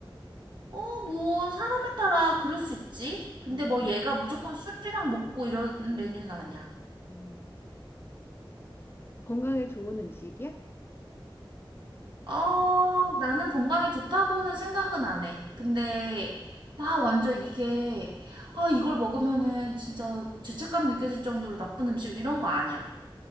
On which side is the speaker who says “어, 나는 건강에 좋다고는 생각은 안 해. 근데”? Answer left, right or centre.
Right